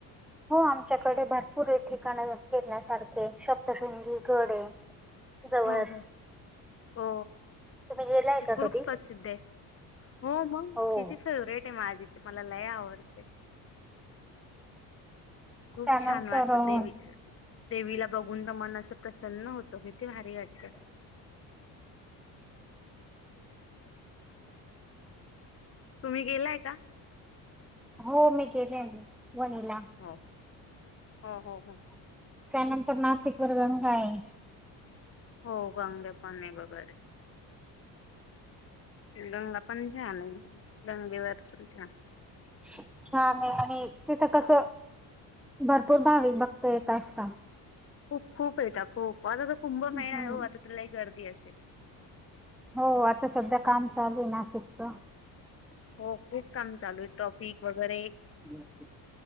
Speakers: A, in the centre; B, on the left.
A: हो आमच्याकडे भरपूर हे ठिकाण फिरण्यासारखे सप्तशृंगी घडे जवळच
B: हो हो हो
A: तुम्ही गेलाय
B: ते करुप
A: का कधी
B: प्रसिद्ध आहे हो मग
A: हो
B: किती फेवरेट आहे माझी ते मला लय आवडते खूप
A: त्यानंतर
B: छान वाटतं देवी देवीला बघून ना मन असं प्रसन्न होतो किती भारी वाटत
A: <inaudible>
B: तुम्ही गेलाय का
A: हो मी गेले वणीला
B: ह हा हा ह
A: त्यानंतर नाशिक वर गंगा आहे
B: हो गंगे पाने वगैरे लंगा पण झान लंगेवर पण छान
A: छान आहे आणि तिथं कस भरपूर भाविक भक्त येत असता
B: खूप खूप येता खूप आता तर कुंभ
A: हम्म.
B: मेळा ओ आता तर लई गर्दी असेल
A: हो आता सध्या काम चालू आहे नासिकच
B: हो खूप काम चालू आहे ट्रॉफिक वगैरे
A: ह